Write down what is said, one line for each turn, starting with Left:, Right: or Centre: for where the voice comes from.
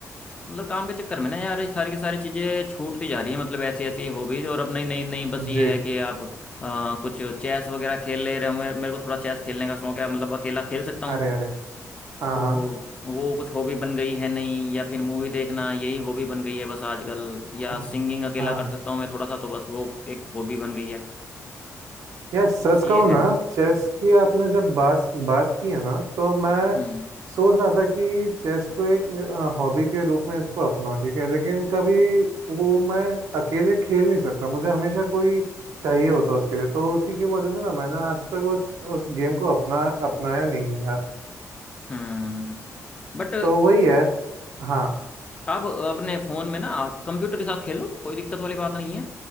Left: मतलब काम के चक्कर में ना यार ये सारी की सारी चीजें छूटती जा रही है मतलब ऐसी ऐसी हॉबीज और अब नई नई नई बस ये
Right: जी
Left: है कि आप अ, कुछ चेस वगैरह खेल ले रहे हो मेरे मेरे को थोड़ा चेस खेलने का शौक है मतलब अकेला खेल सकता हूँ
Right: अरे अरे हाँ
Left: तो
Right: हाँ
Left: वो कुछ हॉबी बन गई है नहीं या फिर मूवी देखना यही हॉबी बन गई है बस आजकल या
Right: हाँ
Left: सिंगिंग अकेला
Right: हाँ
Left: कर सकता हूँ मैं थोड़ा सा तो बस वो एक हॉबी बन गई है
Right: यार सच
Left: बस ये
Right: कहूँ
Left: है
Right: ना चेस की आपने जब बात बात की है ना तो मैं
Left: हम्म
Right: सोच रहा था कि चेस को एक हॉबी के रूप में इसको अपनाऊं ठीक है लेकिन कभी वो मैं अकेले खेल नहीं सकता मुझे हमेशा कोई चाहिए होता उसके लिए तो उसी की वजह से ना मैंने आज तक उस उस गेम को अपना अपनाया नहीं है यार
Left: हम्म बट
Right: तो वही है हाँ
Left: आप अपने फोन में ना कंप्यूटर के साथ खेलो कोई दिक्कत वाली बात नहीं है